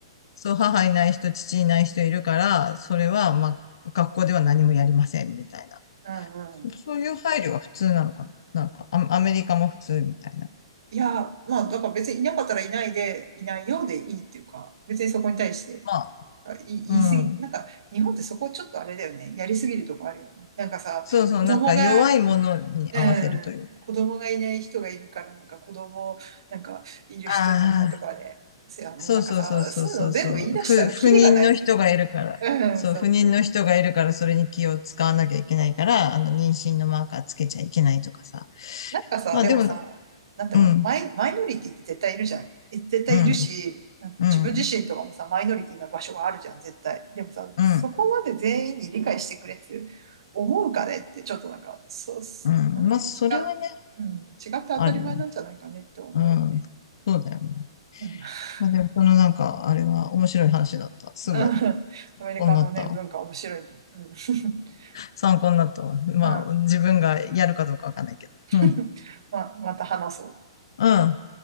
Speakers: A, on the left; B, on the right.
A: そう、母いない人、父いない人いるから、それは、まあ、学校では何もやりません、みたいな。
B: うんうん。
A: そそういう配慮が普通なのかな。なんか、アアメリカも普通みたいな。
B: いや、まあ、だから別にいなかったらいないで、いないようでいいっていうか、別にそこに対して、
A: まあ、
B: あ、い言い過ぎ、
A: うん。
B: なんか、日本ってそこちょっとあれだよね。やりすぎるとこあるよね。なんかさ、
A: そうそう、
B: 子供が、
A: なんか弱いものに合わせるというか。
B: うん、子供がいない人がいるから、なんか子供、なんか、いる人になんかとかね、
A: ああ、
B: せや、もうなんかさ、
A: そうそうそうそうそうそう。
B: そういうの全部言い出したらキリがないじ
A: 不、不妊の人がいるから。
B: ゃん。
A: そう、
B: うん、そうそう。
A: 不妊の人がいるから、それに気を使わなきゃいけないから、あの、妊娠のマーカーつけちゃいけないとかさ。
B: なんかさ、
A: まあ、
B: でもさ、
A: でも、
B: なんだろう、
A: うん、
B: マイ、マイノリティって絶対いるじゃん。え絶対いるし、
A: うん、
B: なんか自分自身とかもさ、
A: うん、
B: マイノリティな場所があるじゃん、絶対。でもさ、
A: うん、
B: そこまで全員に理解してくれって思うかねって、ちょっとなんか、そう、すなんか
A: うん。まあ、それはね、
B: 違う、うん、違って当たり前なんじゃないかねって思うよね。
A: あるよね。うん。そうだよね。
B: うん、<laughs>
A: まあ、でも、このなんか、あれは面白い話だった。すごい、
B: うんアメリカのね、
A: こうなったわ。
B: 文化面白いな。うん、<laughs>
A: 参考になったわ。まあ、
B: う
A: 自分がやるかどうかわかんないけど。うん、
B: ん、<laughs> ま、また話そう。
A: うん。